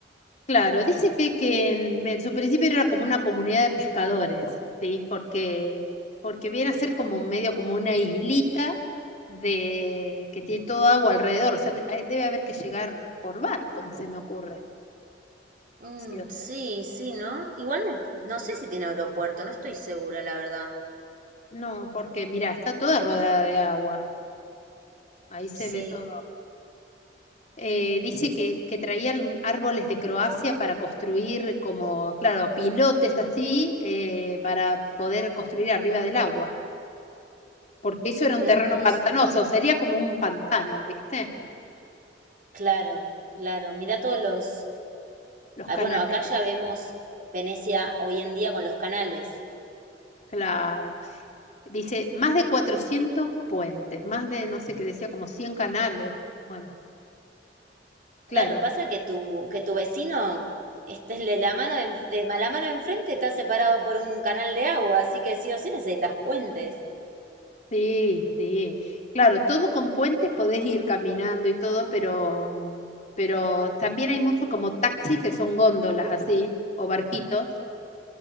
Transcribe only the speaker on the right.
Mm,
sí, sí, ¿no? Igual me- no sé si tiene aeropuerto, no estoy segura, la verdad.
Sí,
hermoso.
Claro, claro. Mira todos los
Ah,
Bueno, acá ya vemos Venecia hoy en día con los canales.
Claro, pasa que tu, que tu vecino, este, el de la mano de, en- de la mano de enfrente está separado por un canal de agua, así que sí o sí necesitas puentes.